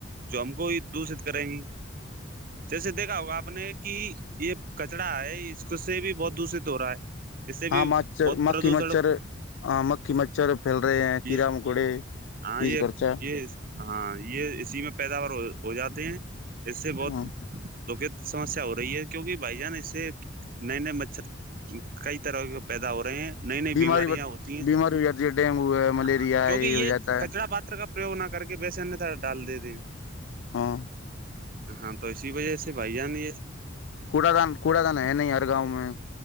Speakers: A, on the right (about 45°); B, on the left (about 70°).
A: جو ہم کو ہی دووشت کریں گی جیسے دیکھا ہوگا آپ- اپنے کہ یہ کچرا ہے اس سے بھی بہت دشت ہو رہا ہے اس سے
B: ہاں
A: بھی
B: مچھر
A: بہت
B: مکھی
A: پردوشن
B: مچھر- ہاں مکھی مچھر پھیل رہے ہیں کیڑا
A: یہ
B: مکوڑے
A: ہاں
B: یہز
A: یہ
B: خرچہ-
A: یہ ہاں یہ اسی میں پیداوار ہو جاتے ہیں اس سے بہت
B: ہاں
A: دکھت سمسیا ہو رہی ہے کیونکہ بھائی جان اس سے نئے نئے مچھر کئی طرح کے پیدا ہو رہے ہیں نئی نئی
B: بیماری
A: بیماریاں ہوتی ہیں
B: بیماری ہو جاتی ہے ڈینگو ہے ملیریا
A: ہ کیونکہ
B: ہے
A: یہ
B: ہو جاتا
A: کچرا
B: ہے
A: پاتر کا نہ کر کے بیسن تھا ڈال دے د
B: ہاں
A: ہاں تو اسی وجہ سے بھائی جان یہ
B: کوڑا دان کوڑا دان ہے نہیں ہر گاؤں میں